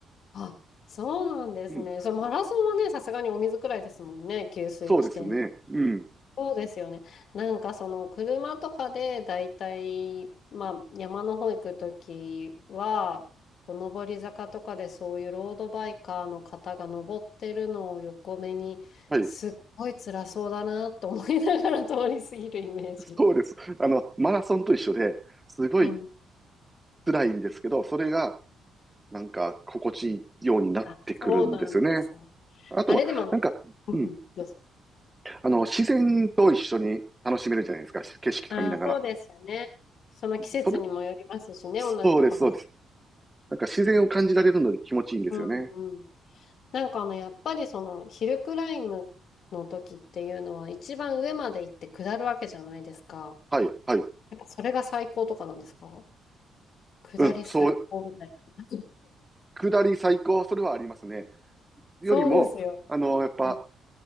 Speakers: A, on the left; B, on the right.
A: あ、そうなんですね。
B: うん、
A: そう、マラソンはね、さすがにお水くらいですもんね、給水地点。
B: そうですね。うん。
A: そうですよね。なんかその車とかでだいたいまあ山の方行くときは、こう上り坂とかでそういうロードバイカーの方が登ってるのを横目に、
B: はい。
A: すっごい辛そうだなと思いながら通り過ぎるイメージ。
B: そうです。あの、マラソンと一緒で、すごい
A: うん。
B: 辛いんですけど、それが、なんか、心地いいようになってくるんですよね。
A: あ、そうなんですね。
B: あとは、
A: あれでも、
B: なんか、
A: うんうん、
B: うん、
A: どうぞ
B: あの、自然と一緒に楽しめるじゃないですか。景色とか見ながら。
A: あー、そうですよね。その季節にもよりますしね、
B: それ、そうです、
A: 同じとこ走る。
B: そうです。なんか自然を感じられるので気持ちいいんですよね。
A: うんなんかあの、やっぱりその、ヒルクライムの時っていうのは、一番上まで行って下るわけじゃないですか。
B: はい、はい。
A: やっぱそれが最高とかなんですか下り最高みたいな。
B: うん、そう、下り最高、それはありますね。よりも、
A: そうですよ。
B: あの、やっぱ、
A: うん